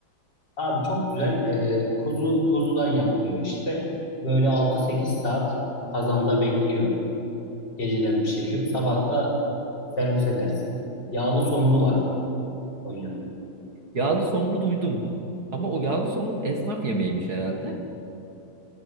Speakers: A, on the left; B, on the right.
A: Abi çok güzel e, kuzu kuzudan yapılıyor işte. Böyle altı sekiz saat kazanda bekliyor. Geceden pişirilip sabah
B: O.
A: da servis edersin. Yağlı somunu var Konya'nın.
B: Yağlı somunu duydum. Ama o yağlı somun esnaf yemeğiymiş herhalde.